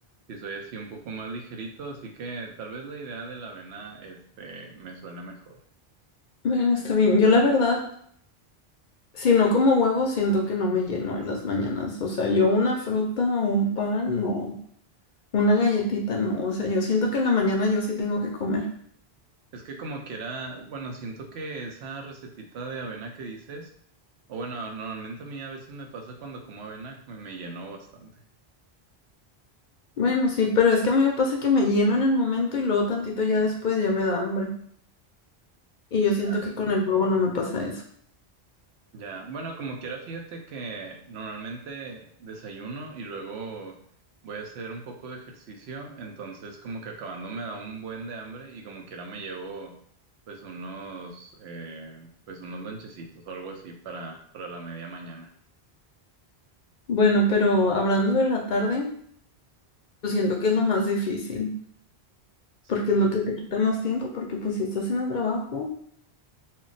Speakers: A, on the right; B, on the left.
A: Sí, soy así un poco más ligerito, así que tal vez la idea de la avena, este, me suene mejor.
B: Bueno, está bien. Yo la verdad Si no como huevo, siento que no me lleno en las mañanas. O sea, yo una fruta o un pan o una galletita, no. O sea, yo siento que en la mañana yo sí tengo que comer.
A: Es que como quiera, bueno, siento que esa recetita de avena que dices, o bueno, normalmente a mí a veces me pasa cuando como avena, me, me llenó bastante.
B: Bueno, sí, pero es que a mí me pasa que me lleno en el momento y luego tantito ya después ya me da hambre. Y yo
A: Ya.
B: siento que con el huevo no me pasa eso.
A: Ya, bueno, como quiera, fíjate que normalmente desayuno y luego voy a hacer un poco de ejercicio, entonces como que acabando me da un buen de hambre y como quiera me llevo pues unos, eh, pues unos lonchecitos o algo así para, para la media mañana.
B: Bueno, pero hablando de la tarde, pues siento que es lo más difícil,
A: Sí,
B: porque es lo que te quita más tiempo, porque pues si estás en el trabajo,